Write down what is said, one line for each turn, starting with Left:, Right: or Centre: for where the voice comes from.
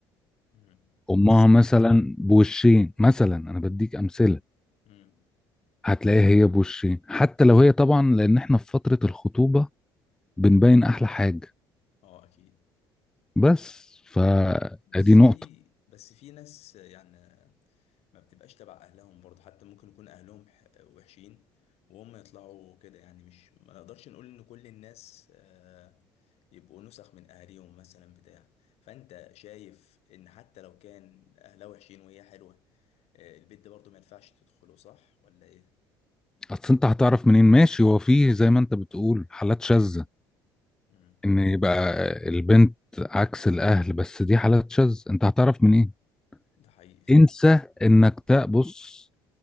Left: امم
Centre: امها
Left: بس
Centre: مثلا بوشين مثلا انا بديك امثلة
Left: امم
Centre: هتلاقيها هي بوشين حتى لو هي طبعا لان احنا في فترة الخطوبة بنبين احلى حاجة
Left: اه اكيد
Centre: بس فادي
Left: بس
Centre: نقطة
Left: في بس في ناس يعني ما بتبقاش تبع اهلهم برضه حتى ممكن يكون اهلهم ح- وحشين وهم يطلعوا كده يعني مش ما نقدرش نقول ان كل الناس آه، يبقوا نسخ من اهاليهم مثلا بتاع فانت شايف ان حتى لو كان اهلها وحشين وهي حلوة آه، البيت ده برضه ما ينفعش تدخله صح ولا ايه
Centre: اصل انت هتعرف منين ماشي هو فيه زي ما انت بتقول حالات شاذة
Left: مم.
Centre: ان يبقى البنت عكس الاهل بس دي حالات شاذة انت هتعرف منين
Left: ده حقيقي فعلا
Centre: انسى انك تبص